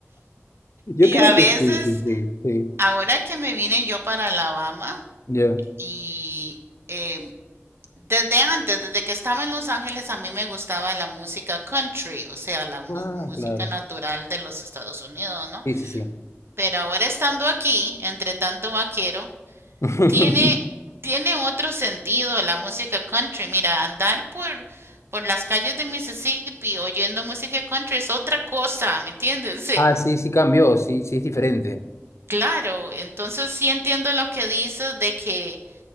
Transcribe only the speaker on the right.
y
a veces,
ahora que me vine yo para Alabama
y eh, desde antes, desde que estaba en Los Ángeles, a mí me gustaba la música country, o sea, la mu-
música
natural de los Estados Unidos, ¿no?
Pero ahora estando aquí, entre tanto vaquero,
Tiene, tiene otro sentido la música country. Mira, andar por, por las calles de Mississippi oyendo música country es otra cosa, ¿me entiendes? Sí,
claro, entonces sí entiendo lo que dices de que,